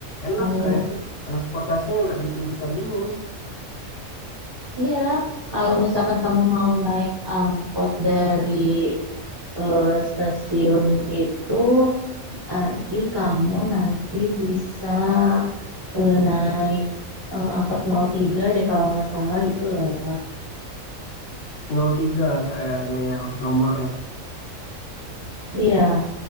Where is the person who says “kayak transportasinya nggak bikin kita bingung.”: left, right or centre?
Left